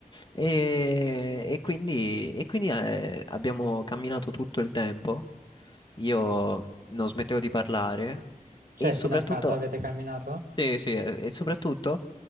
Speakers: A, on the left (about 30°); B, on the right (about 85°).
A: E, e quindi, e quindi, eh, abbiamo camminato tutto il tempo. Io non smettevo di parlare
B: Cioè,
A: e soprattutto,
B: fino a casa avete camminato?
A: sì, sì, eh, e soprattutto